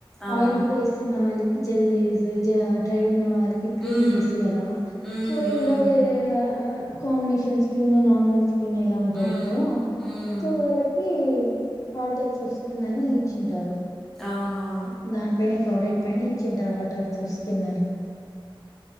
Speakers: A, in the centre; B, on the left.
A: అవును.
B: ఆయిల్ ఫేసున్న వాళ్ళకి జల్బేస్ జ డ్రై ఉన్న వాళ్ళు క్రీమ్
A: హ్మ్.
B: బేస్ కదా
A: హ్మ్.
B: సో <unintelligible>
A: హ్మ్.
B: కాంబినేషన్ స్కిన్ నార్మల్ స్కిన్ ఎలా ఉంటది
A: హ్మ్.
B: కదా
A: హ్మ్.
B: సో వాళ్ళకి ఆల్ టైప్స్ ఆఫ్ స్కిన్ అని ఇచ్చింటారు
A: అవును
B: దాని పైనే ప్రోడక్ట్ పైన ఇచ్చింటారు ఆల్ టైప్స్ ఆఫ్ స్కిన్ అని